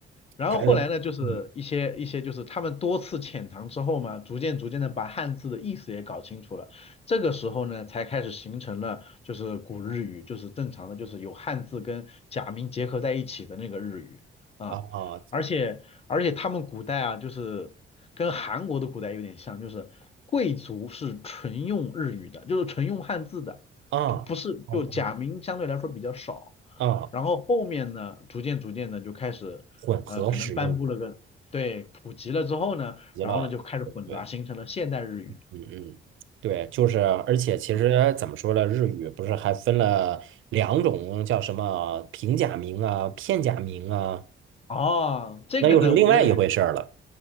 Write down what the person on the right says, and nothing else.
它有嗯
啊
啊哦
啊
混合使用
极了，
对，
嗯嗯。对，就是，而且其实怎么说呢，
日语不是还分了两种，叫什么平假名啊、片假名啊，
那又是另外一回事儿了